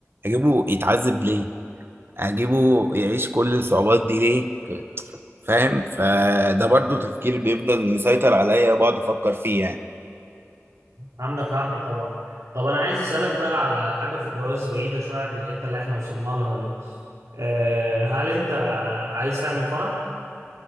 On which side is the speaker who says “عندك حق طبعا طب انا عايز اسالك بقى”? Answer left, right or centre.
Right